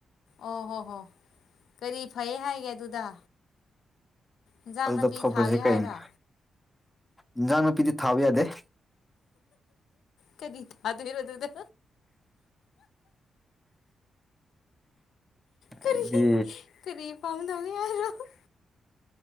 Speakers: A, on the left (about 80°); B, in the centre.
A: ꯑꯣ ꯍꯣ ꯍꯣ ꯀꯔꯤ ꯐꯩ ꯍꯥꯏꯒꯦ ꯑꯗꯨꯗ ꯏꯟꯁꯥꯡ
B: ꯑꯗꯨꯗ
A: ꯅꯥꯄꯤ
B: ꯐꯕꯁꯦ
A: ꯊꯥꯒꯦ
B: ꯀꯩꯅꯣ
A: ꯍꯥꯏꯔ
B: ꯏꯟꯖꯥꯡ ꯅꯥꯄꯤꯗꯤ ꯊꯥꯕ ꯌꯥꯗꯦ
A: ꯀꯔꯤ ꯊꯥ ꯗꯣꯏꯕ ꯑꯗꯨꯨꯗ ꯀꯔꯤ
B: ꯑꯩꯗꯤ
A: ꯀꯔꯤ <unintelligible>